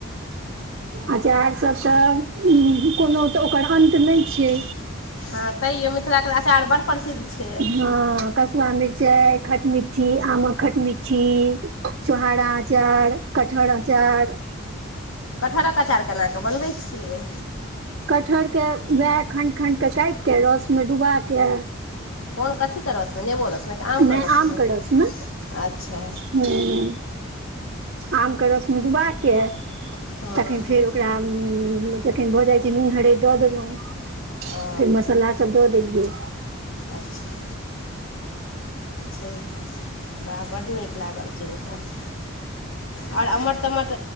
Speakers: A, on the right; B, on the left.
A: अचारसभ तऽ कोनो तऽ ओकर अन्त नहि छै
B: <inaudible> तैयो मिथिलाके तऽ अँचार बड़ प्रसिद्ध छै
A: हँ कसुआ मिरचाइ खटमि्ठी आमक खटमिट्ठी छोहारा अचार कठहर अचार
B: कटहरक अचार केना कऽ बनबै छियै
A: कटहर के वएह खण्ड खण्ड के काटि के रस में डुबा के
B: कोन कथि के रस नेबो रस मे की आम
A: नहि
B: के रस
A: आमके
B: मे
A: रसमे
B: अच्छा
A: ह आमके रसमे डुबा कऽ
B: हँ
A: तखन फेर ओकरा जखन भऽ जाइ छै नून हरदि दऽ देलहुँ
B: ओ
A: फेर मसाला सब दऽ देलियै
B: अच्छा छै वा बड्ड नीक लागल सूनि कऽ आओर आमठ तमठ